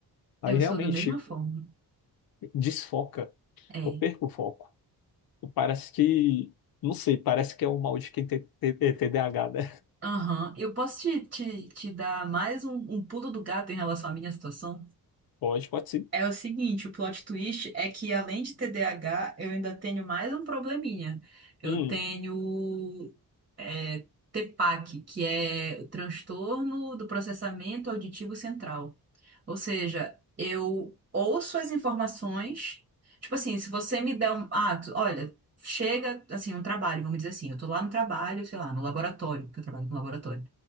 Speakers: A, on the left (about 65°); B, on the right (about 30°).
A: Aí
B: Eu
A: realmente
B: sou da mesma forma.
A: desfoca.
B: É.
A: Eu perco o foco. Parece que, não sei, parece que é o mal de quem tem tem- tem TDAH, né?
B: Aham. Eu posso te, te, te dar mais um, um pulo do gato em relação à minha situação?
A: Pode, pode sim.
B: É o seguinte, o plot twist é que além de TDAH, eu ainda tenho mais um probleminha. Eu
A: Hum.
B: tenho é, TPAC, que é o transtorno do processamento auditivo central. Ou seja, eu ouço as informações, tipo assim, se você me der um, ah, tu- olha, chega assim um trabalho, vamos dizer assim, eu tô lá no trabalho, sei lá, no laboratório, porque eu trabalho com laboratório.